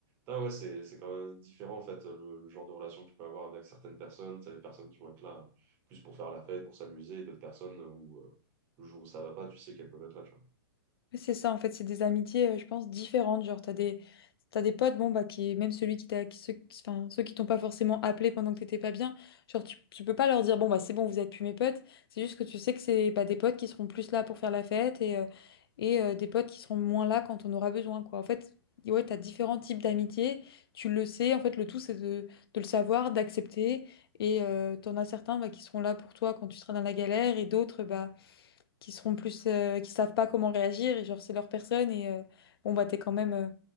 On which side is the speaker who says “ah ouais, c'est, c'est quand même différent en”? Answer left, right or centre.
Right